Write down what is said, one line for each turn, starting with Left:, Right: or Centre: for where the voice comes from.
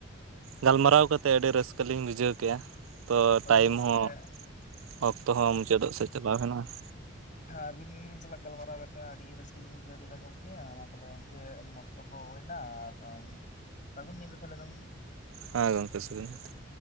Right: ᱜᱟᱞᱢᱟᱨᱟᱣ ᱠᱟᱛᱮ ᱟᱹᱰᱤ ᱨᱟᱹᱥᱠᱟᱹ ᱞᱤᱧ ᱵᱩᱡᱷᱟᱹᱣ ᱠᱮᱜᱼᱟ ᱾ ᱛᱚ
Left: ᱦᱳᱭ
Right: ᱴᱟᱭᱤᱢ
Left: ᱜᱚᱢᱠᱮ
Right: ᱦᱚᱸ
Left: ᱦᱳᱭ
Right: ᱚᱠᱛᱚ
Left: ᱦᱳᱭ
Right: ᱦᱚᱸ ᱢᱩᱪᱟᱹᱫᱚᱜ ᱥᱮᱡ ᱪᱟᱞᱟᱣ ᱮᱱᱟ ᱾
Left: ᱦᱟᱸ ᱟᱹᱵᱤᱱ ᱥᱟᱞᱟᱜ ᱜᱟᱞᱢᱟᱨᱟᱣ ᱠᱟᱛᱮ ᱟᱹᱰᱤ ᱜᱮ ᱨᱟᱹᱥᱠᱟᱹ ᱞᱤᱧ ᱵᱩᱡᱷᱟᱹᱣ ᱠᱮᱫᱟ ᱜᱚᱝᱠᱮ ᱢᱟ ᱛᱟᱦᱞᱮ ᱜᱚᱝᱠᱮ ᱚᱠᱛᱚ ᱦᱩᱭᱱᱟ ᱟᱨ ᱥᱟᱹᱜᱩᱱ ᱧᱤᱫᱟᱹ ᱛᱟᱦᱚᱞᱮ ᱜᱚᱝᱠᱮ ᱾
Right: ᱦᱮᱸ ᱜᱚᱝᱠᱮ ᱥᱟᱹᱜᱩᱱ ᱧᱤᱫᱟᱹ ᱾